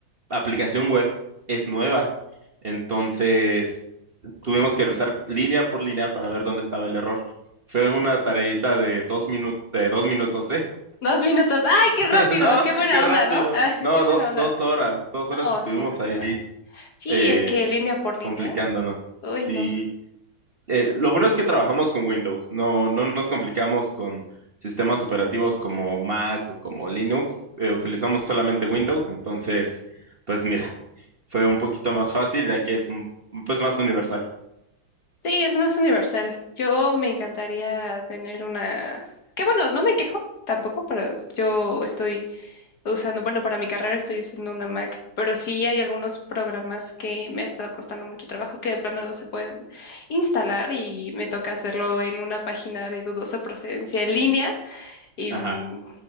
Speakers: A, on the right (about 35°); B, on the left (about 55°).
A: aplicación web es nueva. Entonces tuvimos que revisar línea por línea para ver dónde estaba el error. Fue una tareita de dos minutos, de dos minutos, ¿eh?
B: Dos minutos. ¡Ay, qué
A: <laughs>
B: rápido!
A: No,
B: ¡Qué buena
A: qué rápido.
B: onda, ¿no? <laughs> Ah,
A: No,
B: ¡Qué buena
A: do-
B: onda!
A: dos horas, dos
B: No,
A: horas estuvimos
B: sí, dos
A: ahí
B: horas. Sí,
A: eh,
B: es que línea por línea.
A: complicándonos.
B: Uy,
A: Sí,
B: no.
A: eh, lo bueno es que trabajamos con Windows, no, no nos complicamos con sistemas operativos como Mac o como Linux, eh, utilizamos solamente Windows, entonces, pues mira, fue un poquito más fácil ya que es un- pues más universal.
B: Sí, es más universal. Yo me encantaría tener una... Que bueno, no me quejo tampoco, pero yo estoy usando, bueno, para mi carrera estoy usando una Mac, pero sí hay algunos programas que me ha estado costando mucho trabajo que de plano no se pueden instalar y me toca hacerlo en una página de dudosa procedencia en línea. y
A: Ajá,
B: mm,